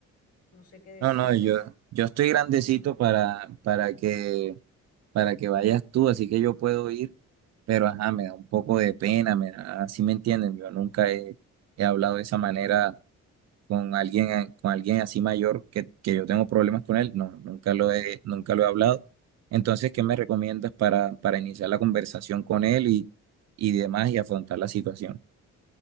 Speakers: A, on the left; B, on the right.
A: no sé qué decirle.
B: No, no, yo, yo estoy grandecito para, para que, para que vayas tú, así que yo puedo ir, pero ajá, me da un poco de pena, me da- así me entienden, yo nunca he, he hablado de esa manera con alguien, eh, con alguien así mayor que, que yo tengo problemas con él, no, nunca lo he, nunca lo he hablado. Entonces, ¿qué me recomiendas para, para iniciar la conversación con él y, y demás y afrontar la situación?